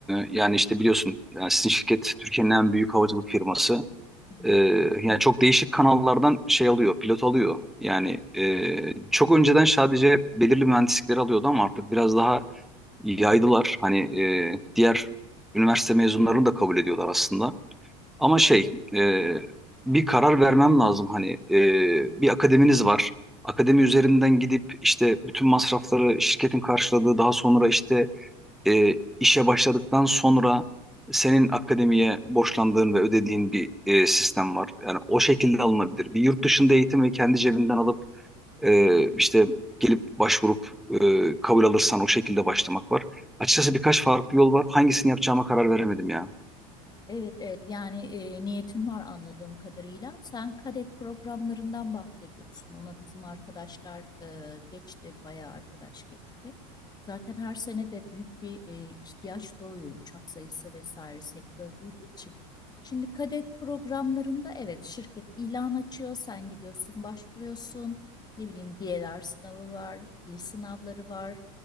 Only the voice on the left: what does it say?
Hmm.
Tabii.
Hmm.
Evet evet yani e, niyetin var anladığım kadarıyla. Sen kadet programlarından bahsediyorsun. Ona bizim arkadaşlar e, geçti, bayağı arkadaş geçti. Zaten her sene de büyük bir e, ihtiyaç doğuyor uçak sayısı vesaire sektör büyüdüğü için. Şimdi kadet programlarında evet şirket ilan açıyor, sen gidiyorsun, başvuruyorsun. Ne bileyim DLR sınavı var, dil sınavları var,